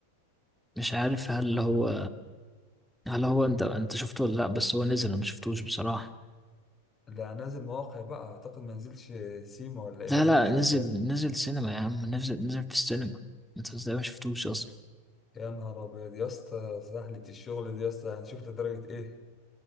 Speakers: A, in the centre; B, on the left.
A: مش عارف هل هو هل هو انت انت شفته ولا لا بس هو نزل انا ما شفتوش بصراحة
B: لا نازل مواقع بقى اعتقد ما نزلش سيما ولا ايه
A: لا
B: ولا
A: لا
B: انا مش
A: نزل
B: متابع
A: نزل سينما يا عم نزل نزل في السينما انت ازاي ما شفتوش اصلا
B: يا نهار ابيض يا اسطى سهلة الشغل دي يا اسطى هنشوف لدرجة ايه